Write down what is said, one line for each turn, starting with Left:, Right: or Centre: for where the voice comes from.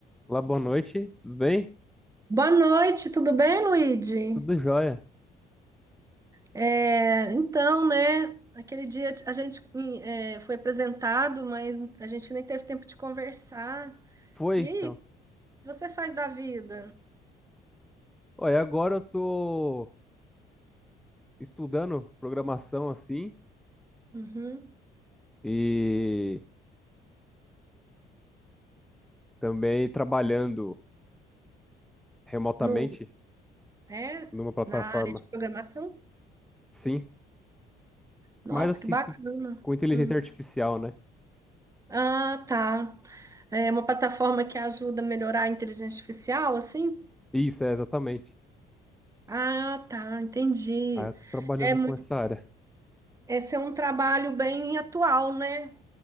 Centre: Olá, boa noite. Tudo bem?
Right: Boa noite, tudo bem, Luigi?
Centre: Tudo jóia.
Right: É, então, né? Aquele dia a gente hum, é, foi apresentado, mas a gente nem teve tempo de conversar.
Centre: Foi,
Right: E aí,
Centre: então.
Right: o que você faz da vida?
Centre: Olha, agora eu tô estudando programação assim
Right: Uhum.
Centre: e também trabalhando remotamente
Right: No, é,
Centre: numa plataforma.
Right: na área de programação?
Centre: Sim,
Right: Nossa,
Centre: mas assim
Right: que bacana.
Centre: com com inteligência
Right: Hum.
Centre: artificial, né?
Right: Ah, tá. É uma plataforma que ajuda a melhorar a inteligência artificial, assim?
Centre: Isso, é exatamente.
Right: Ah, tá, entendi.
Centre: Ah, eu tô trabalhando
Right: É muito,
Centre: com essa área.
Right: esse é um trabalho bem atual, né?